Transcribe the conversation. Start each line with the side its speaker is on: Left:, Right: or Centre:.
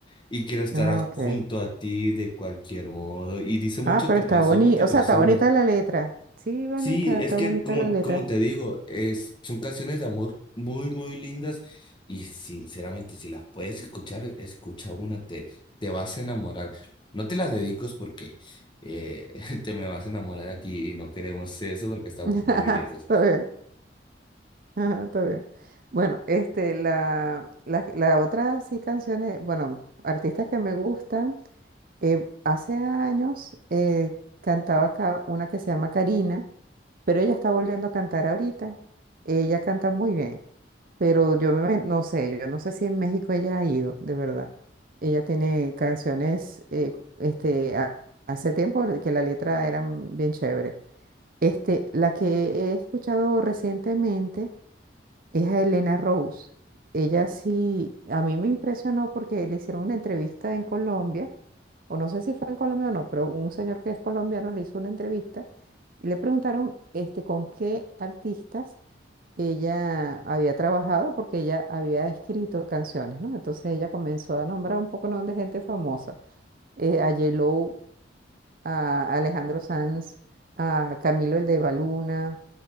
Left: y quiero estar
Right: Ah,
Left: a-
Right: ok.
Left: junto a ti de cualquier modo. Y dice mucho
Right: Ah, pero
Left: te
Right: está
Left: presumo,
Right: bonita.
Left: te
Right: O
Left: presumo.
Right: sea, está bonita la letra. Sí, vale,
Left: Sí,
Right: está,
Left: es
Right: está
Left: que
Right: bonita
Left: como,
Right: la letra.
Left: como te digo, es, son canciones de amor muy, muy lindas y sinceramente si las puedes escuchar, escucha una, te, te vas a enamorar. No te las dedicos porque eh, <laughs> te me vas a enamorar aquí y no queremos eso porque estamos
Right: <laughs>
Left: muy lejos.
Right: Está bien. Ajá, está bien. Bueno, este, la, la, la otra sí canciones, bueno, artistas que me gustan. eh, hace años eh, cantaba acá una que se llama Karina, pero ella está volviendo a cantar ahorita. Ella canta muy bien. Pero yo me- no sé, yo no sé si en México ella ha ido, de verdad. Ella tiene canciones, eh, este, ha- hace tiempo que la letra era bien chévere. Este, la que he escuchado recientemente es a Elena Rose. Ella sí, a mí me impresionó porque le hicieron una entrevista en Colombia, o no sé si fue en Colombia o no, pero un señor que es colombiano le hizo una entrevista y le preguntaron, este, con qué artistas ella había trabajado porque ella había escrito canciones, ¿no? Entonces ella comenzó a nombrar un poco ¿no? de gente famosa, eh, a J-Lo, a Alejandro Sanz, a Camilo el de Baluna,